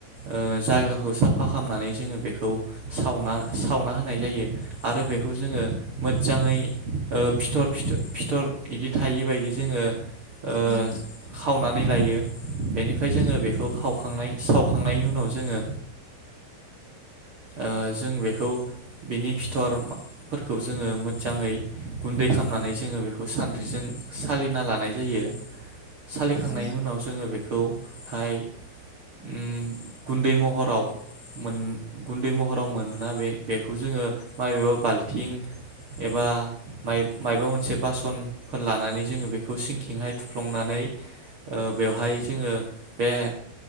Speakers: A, on the right; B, on the left.
A: ओ जायगाखौ साफा खालामनानै जोङो बेखौ सावना सावना होनाय जायो आरो बेखौ जोङो मोजाङै फिथर फिथर बिदि थायिबायदि बि जोङो ओ
B: उम
A: खावनानै नै लायो बेनिफ्राय
B: उम
A: जोङो बेखौ खावखांनाय सावखांनायनि उनाव जोङो ओ जों बेखौ बेनि फिथरफोरखौ जोङो मोजाङै गुन्दै खालामनानै जोङो बेखौ सान्द्रिजों सालिना लानाय जायो सालिखांनायनि
B: उम
A: उनाव जोङो बेखौ बेखौहाय उम गुन्दै महराव मोन गुन्दै महराव मोनोना बेखौ जोङो माबेबा बाल्थिं एबा माइबा मोनसे बासनफोर ला नानै जोङो बेखौ सिंखिंहाय थुफ्लंनानै ओ बेवहाय जोङो बे